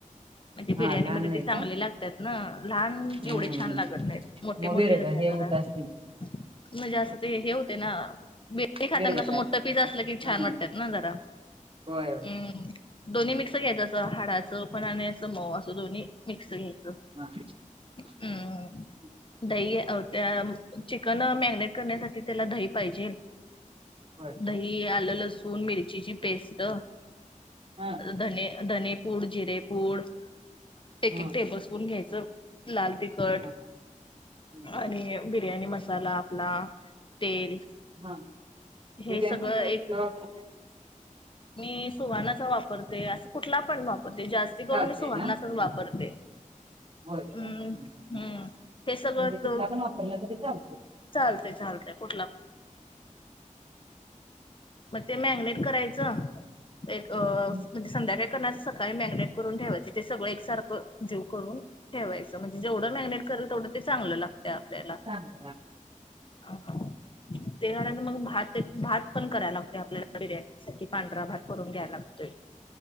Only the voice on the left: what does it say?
म्हणजे
बिर्याणीमध्ये
ते चांगले
लागतात. ह लहान
एवढे छान लागत नाहीत मोठे
मोठे्या
घरात
म्हणजे असं ते हे होते ना मी खातना
कसं मोठं पिझ्ा असलं की छान
वाटतात ना जरा
हम्म
दोन्ही मिक्स घ्यायचं अस हाडाचं पण आणि अस मऊ असं दोन्ही मिक्स घ्यायचं.
हम्म दही त्या चिकन मॅरिनेट करण्यासाठी त्याला दही पाहिजे.
दही आलं लसून मिरचीची पेस्ट
धने. धने पूड जिरेपूड
एक एक टेबल स्पून घ्यायचं. लाल तिखट
आणि बिर्याणी मसाला आपला तेल
हे
सगळं
एक
मी सुहाणाचा वापरते असं कुठला पण वापरते जास्ती करून
मी सुहाणाचाच
वापरते.
हम्म
हम्म हे सगळत
चालतय चालतय कुठला? मग ते मॅगनेट करायचं एक
संध्याकाळी करणास सकाळी मॅगिनेट करून ठेवायचे ते सगळं एक सारख जीव करून ठेवायचं म्हणजे जेवढ मॅगनेट करल तेढं ते चांगलं लागते आपल्याला
हा. ते झाल्या मग भात भात पण करायला लागते आपल्याला बिर्याणी साठी पांढरा भात करून घ्यायला लागत.